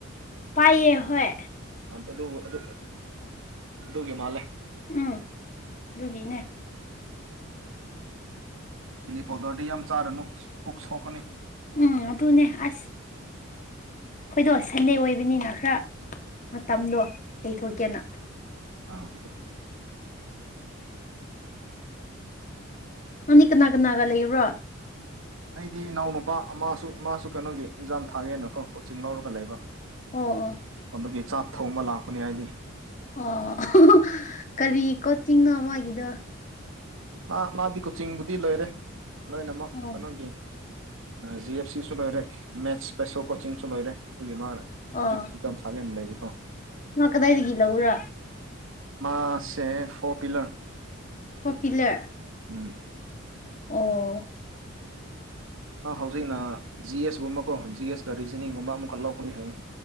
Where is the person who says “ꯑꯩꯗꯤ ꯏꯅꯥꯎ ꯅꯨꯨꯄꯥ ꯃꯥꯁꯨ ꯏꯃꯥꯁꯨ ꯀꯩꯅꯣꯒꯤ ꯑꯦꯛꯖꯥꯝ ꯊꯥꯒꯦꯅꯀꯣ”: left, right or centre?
Right